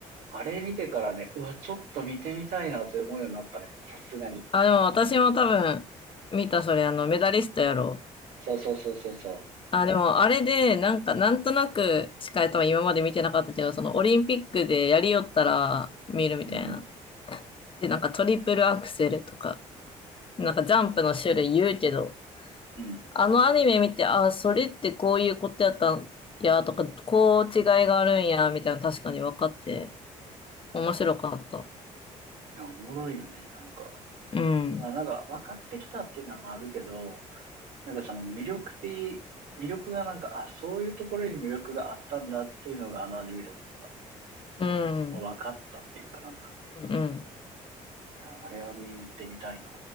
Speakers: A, on the right; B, on the left.
A: あれ見てからね、うわ、ちょっと見てみたいなって思うようになったね。さすがに。
B: あ、でも私も多分、見た、それ、あの、メダリストやろう。
A: そうそうそうそうそ
B: あ、でも、あれで、なんか、なんとなくしか多分今まで見てなかったけど、その、オリンピックでやりよったら見るみたいな。
A: う。うん
B: で、なんか、トリプルアクセルとか、なんか、ジャンプの種類言うけど、
A: うん。うん。
B: あのアニメ見て、あ、それってこういうことやったんや、とか、こう違いがあるんや、みたいな、確かに分かって、面白かった。
A: いや、おもろいよね、なんか。
B: うん。
A: まあなんか分かってきたっていうのもあるけど、なんかその魅力的、魅力がなんか、あ、そういうところに魅力があったんだっていうのがあのアニメで思った。
B: うん。
A: 分かったっていうかな。
B: うんうん。
A: ああれは見に行ってみたいな。